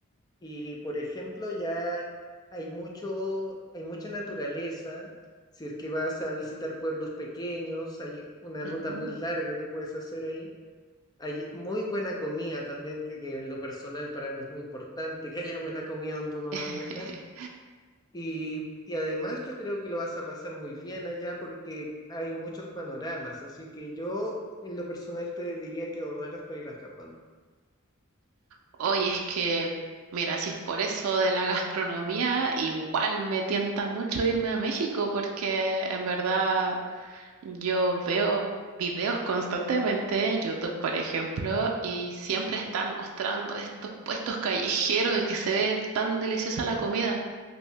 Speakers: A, on the left; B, on the right.
A: Y, por ejemplo, ya hay mucho, hay mucha naturaleza. Si es que vas a visitar pueblos pequeños, hay una
B: Ujú.
A: ruta muy larga que puedes hacer ahí. Hay muy buena comida también, que, que en lo personal para mí es muy importante, que haya buena comida donde uno
B: <laughs>
A: va a viajar. Y, y además yo creo que lo vas a pasar muy bien allá porque hay muchos panoramas, así que yo en lo personal te diría que ahorraras para ir a Japón.
B: Oye, es que, mira, si es por eso de la gastronomía, igual me tienta mucho irme a México porque en verdad yo veo videos constantemente en YouTube, por ejemplo, y siempre están mostrando estos puestos callejeros y que se ve tan deliciosa la comida.